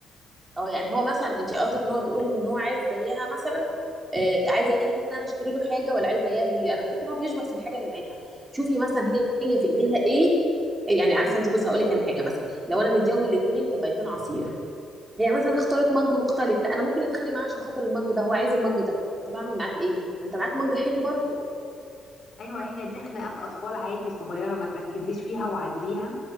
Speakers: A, on the right; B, on the left.
A: اه يعني هو مثلا انت قصدك ان هو بيقول ان هو عايز زيها مثلا آه عايز زيها ان انا اشتري له حاجه ولا عايز زيها هي انا بحس ان هو بيشبط في الحاجه اللي معاها شوفي مثلا هي هي في ايديها ايه يعني عارفه انت بص هقول لك انا حاجه مثلا لو انا مديهم الاثنين كوبايتين عصير هي مثلا اختارت مج مختلف لا انا ممكن يتخانق معاه عشان خاطر المج ده هو عايز المج ده طب اعمل معاك ايه ما انت معاك مج حلو برضو
B: ايوه هي دي خناقات اطفال عادي صغيره ما تركزيش فيها وعديها